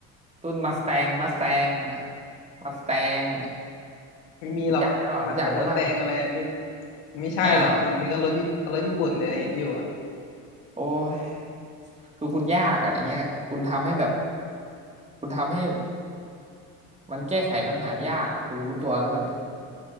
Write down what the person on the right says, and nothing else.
รุ่นมัสแตงมัสแตงอ่ะมัสแตงอ่ะ
รู้จักหรือเปล่ารู้จักหรือเปล่า
อ้าวโอ้ยคือคุณยากอ่ะอย่างเงี้ยคุณทำให้แบบคุณทำให้มันแก้ไขปัญหายากอ่ะคุณรู้ตัวหรือเปล่าเนี่ย